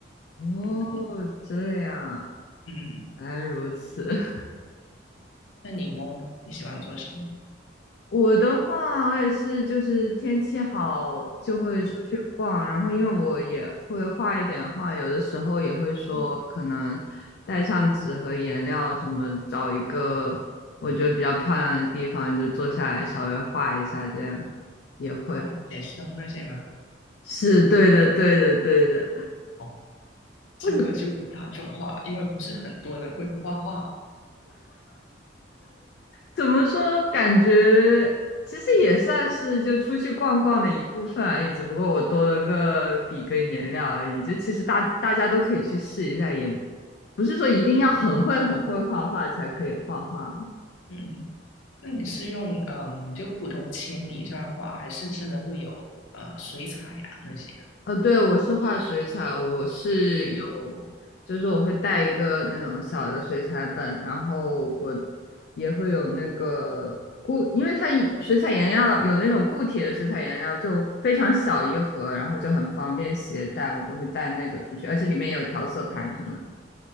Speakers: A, on the left; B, on the left.
A: 哦，
B: 普通。
A: 这样，
B: 嗯，
A: 原来如此。<laughs>
B: 那你呢？你喜欢做什么？
A: 我的话，我也是，就是天气好就会出去逛，
B: 嗯
A: 然后因为我也会画一点画，有的时候也会说可能带上纸和颜料什么，
B: 嗯，
A: 找一个我觉得比较漂亮的地方就坐下来稍微画一下，这样也会。
B: 哦，
A: <laughs>
B: 写生那些吗？
A: 是对的，对的，对的。
B: 哦，这个就不大众化，
A: <laughs>
B: 因为不是很多人会画画。
A: 怎么说？感觉其实也算是就出去逛逛的一部分而已，只不过我多了个笔跟颜料而已。就其实大大家都可以去试一下，也不是说一定要很会很会画画才可以画画。
B: 嗯，那你是用嗯就普通铅笔这样画，还是真的会有呃水彩呀、那些？
A: 呃，对，我是画水彩，我是有，
B: 哦。
A: 就是我会带一个那种小的水彩本，然后我也会有那个固，因为它一水彩颜料有那种固体的水彩颜料，就非常小一盒，然后就很方便携带，我就会带那个出去，而且里面也有调色盘什么的。